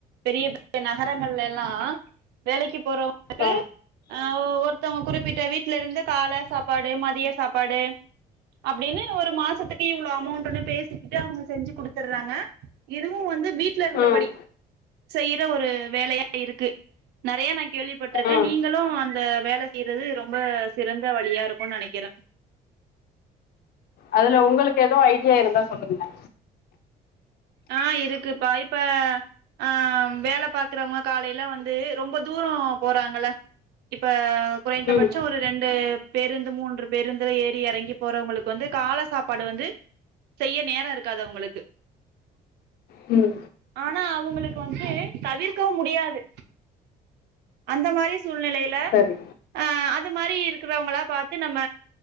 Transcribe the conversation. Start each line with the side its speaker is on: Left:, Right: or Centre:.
Right: பெரிய பெ ய நகரங்கள்ல எல்லா வேலைக்கு போறவுங்களுக்கு
Left: ஆ
Right: அ ஒ ஒருத்தவுங்க குறிப்பிட்ட வீட்ல இருந்து கால சாப்பாடு மதிய சாப்பாடு அப்டின்னு ஒரு மாசத்துக் கி இவ்ளௌ அமோண்ட்டுண்ணு பேசிக்கிட்டு அவுங்க செஞ்சு குடுத்துடுறாங்க இதுவு வந்து வீட்ல இருந்தபடி
Left: ம்
Right: செய்யற ஒரு வேலையா இருக்கு நறைய நா கேள்விப்பட்டிருக்க
Left: ம்
Right: நீங்களு அந்த வேல செய்றது ரொம்ப சிறந்த வழியா இருக்குனு நனைக்கிற
Left: அதுல உங்களுக்கு எது ஐடியா இருந்தா சொல்லுங்க
Right: ஆ இருக்குப்பா இப்ப ஆ வேல பாக்குறவங்க காலையில வந்து ரொம்ப தூரோ போறாங்கள இப்ப குறைந்தபட்சோ
Left: ம்
Right: ஒரு ரெண்டு பேருந்து மூன்று பேருந்துல ஏறி எறங்கி போறவுங்களுக்கு வந்து கால சாப்பாடு வந்து செய்ய நேரோ இருக்காது அவுங்களுக்கு
Left: ம்
Right: ஆனா அவுங்களுக்கு வந்து தவிர்க்கவு முடியாது அந்த மாரி சூழ்நலையில
Left: சரி
Right: அ அது மாரி இருக்கறவங்களா பார்த்து நம்ம